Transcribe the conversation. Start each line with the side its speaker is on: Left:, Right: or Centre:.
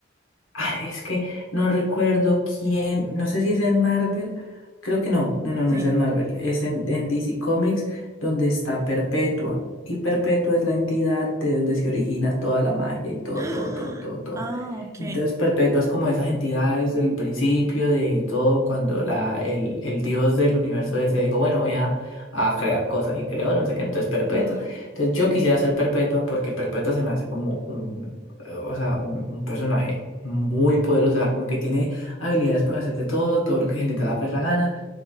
Left: Ah, es que no recuerdo quién, no sé si es en Marvel, creo que no, no, no,
Right: sí.
Left: no es en Marvel, es en, en DC Comics donde está Perpetua. Y Perpetua es la entidad de donde se origina toda la magia y todo,
Right: Ah,
Left: todo, todo, todo, todo.
Right: ah, ok.
Left: Entonces Perpetua es como esas entidades del principio de todo, cuando la, el, el dios del universo ese dijo, bueno, voy a, a crear cosas y creó, no sé qué, entonces Perpetua.
Right: Mm,
Left: Entonces yo quisiera ser Perpetua porque Perpetua se me hace como un, eh, o sea, un, un personaje muy poderosa, como que tiene habilidades para hacer de todo, todo lo que se le da la perra gana.